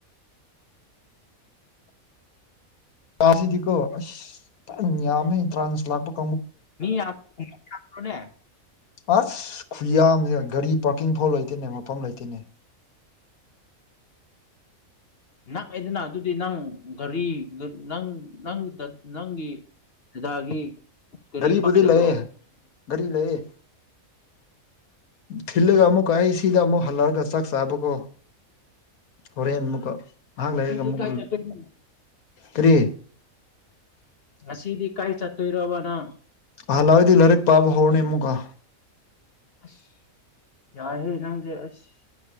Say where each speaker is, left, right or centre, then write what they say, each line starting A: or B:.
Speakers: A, on the left; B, on the left.
A: ꯌꯥꯁꯤꯗꯤꯀꯣ ꯑꯁ ꯐꯖꯅ ꯌꯥꯝꯃꯦ ꯇ꯭ꯔꯥꯟꯁ ꯄ꯭ꯂꯥꯟꯗꯣ
B: ꯃꯤ ꯌꯥꯝ <unintelligible>
A: ꯑꯁ ꯈꯨꯌꯥꯝꯁꯦ ꯒꯥꯔꯤ ꯄꯥꯔꯀꯤꯡ ꯐꯥꯎ ꯂꯩꯇꯦꯅꯦ ꯃꯐꯝ ꯂꯩꯇꯅꯦ
B: ꯅꯥꯛꯑꯦꯗꯅ ꯑꯗꯨꯗꯤ ꯅꯪ ꯒꯥꯔꯤ ꯅꯪ ꯅꯪ ꯗ ꯅꯪꯒꯤ ꯗꯥꯗꯥꯒꯤ ꯒꯥꯔꯤ
A: ꯒꯥꯔꯤꯕꯨꯗꯤ
B: ꯄꯥꯏꯗꯕ꯭ꯔꯣ
A: ꯂꯩꯑꯦ ꯒꯔꯤ ꯂꯩꯑꯦ ꯊꯤꯜꯂꯒ
B: ꯑꯣ
A: ꯑꯃꯨꯛꯀ ꯑꯩ ꯁꯤꯗ ꯑꯃꯨꯛ ꯍꯜꯂꯛꯑꯒ ꯆꯥꯛ ꯆꯥꯕꯀꯣ ꯍꯣꯔꯦꯟ ꯑꯃꯨꯛꯀ ꯉꯍꯥꯛ
B: ꯉꯁꯤꯗꯤ
A: ꯂꯩꯔꯒ ꯑꯃꯨꯛꯀ
B: ꯀꯥꯏ ꯆꯠꯇꯣꯏꯅꯣ
A: ꯀꯔꯤ
B: ꯉꯁꯤꯗꯤ ꯀꯥꯏ ꯆꯠꯇꯣꯔꯣꯕ ꯅꯪ
A: ꯍꯜꯂꯛꯑꯗꯤ ꯂꯥꯏꯔꯤꯛ ꯄꯥꯕ ꯍꯧꯔꯅꯤ ꯑꯃꯨꯛꯀꯥ
B: ꯑꯁ ꯌꯥꯏꯍꯦ ꯅꯪꯁꯦ ꯑꯁ